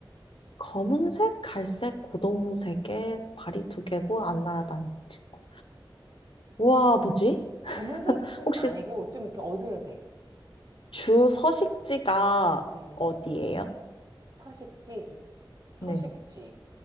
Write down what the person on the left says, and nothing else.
검은색, 갈색, 고동색에 발이 두 개고 안 날아다니는 친구. 우와, 뭐지?
혹시
주 서식지가
어디예요?
네.